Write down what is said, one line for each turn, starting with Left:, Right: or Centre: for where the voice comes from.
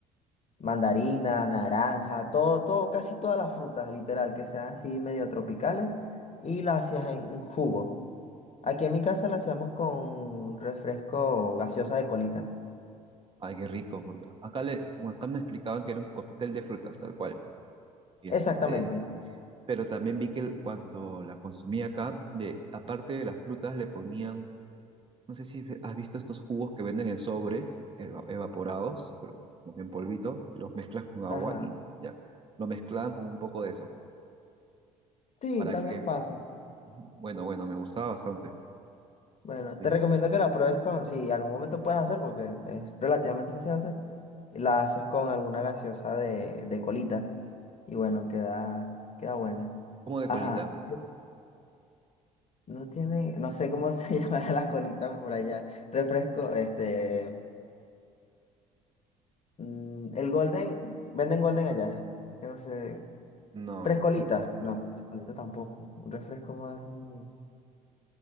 Left: mandarina, naranja, todo, todo, casi todas las frutas, literal, que sean así medio tropicales, y las hacías en jugo. Aquí en mi casa la hacíamos con refresco gaseosa de colita.
Right: Ay, qué rico. porque Acá, le, bueno, acá me explicaban que era un cóctel de frutas, tal cual. Y este,
Left: Exactamente.
Right: pero también vi que el- cuando la consumí acá, de, aparte de las frutas, le ponían, no sé si has visto estos jugos que venden en sobre, eva- evaporados, pero como que en polvito, los mezclas con agua
Left: Ajá.
Right: y ya, lo mezclaban con un poco de eso
Left: Sí,
Right: para
Left: también
Right: que
Left: pasa.
Right: Bueno, bueno, me gustaba bastante.
Left: Bueno,
Right: Sí.
Left: te recomiendo que la pruebes con, si algún momento puedes hacer, porque es relativamente fácil de hacer, la haces con alguna gaseosa de, de colita. Y bueno, queda, queda buena.
Right: ¿Cómo de
Left: Ajá.
Right: colita?
Left: No tiene, no sé cómo se <laughs> llamará la colita por allá. Refresco, este, mm, el Golden, venden Golden allá. Es que no sé.
Right: No,
Left: Frescolita,
Right: eh,
Left: no, frescolita tampoco. Un refresco más. mm,